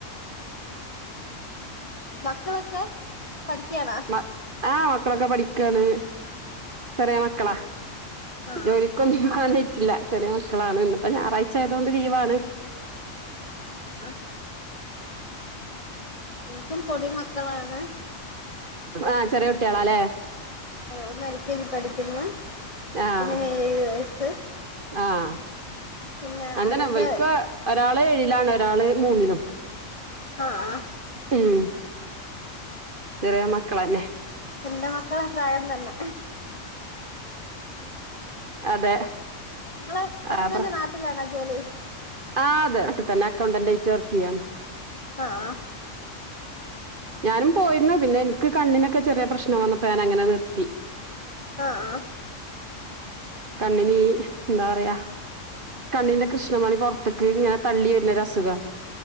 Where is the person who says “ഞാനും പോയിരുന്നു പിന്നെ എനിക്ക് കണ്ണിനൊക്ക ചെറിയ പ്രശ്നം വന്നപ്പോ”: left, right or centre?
Right